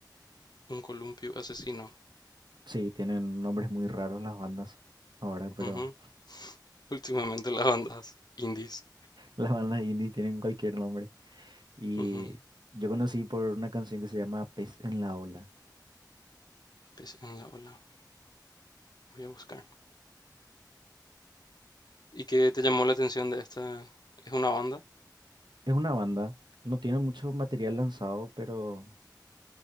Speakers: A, on the left (about 65°); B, on the right (about 80°).
A: Un columpio asesino.
B: Sí, tienen nombres muy raros las bandas ahora, pero
A: Ujú. Últimamente las bandas indies.
B: <laughs> las bandas indie tienen cualquier nombre. Y
A: Ujú.
B: yo conocí por una canción que se llama Pez en la Ola.
A: Pez en la ola. Voy a buscar. ¿Y qué te llamó la atención de esta? ¿Es una banda?
B: Es una banda, no tiene mucho material lanzado, pero